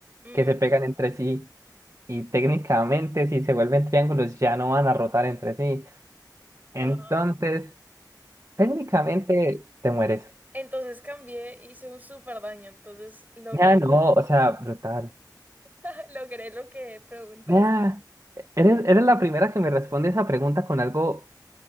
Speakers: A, on the right; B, on the right.
A: Mm,
B: que se pegan entre sí y técnicamente si se vuelven triángulos ya no van a rotar entre sí. Entonces,
A: Ah,
B: técnicamente te mueres.
A: Entonces cambié, hice un súper daño, entonces logré,
B: Ya no, o sea, brutal.
A: <laughs> logré lo que preguntaste.
B: Vea, eres, eres la primera que me responde esa pregunta con algo,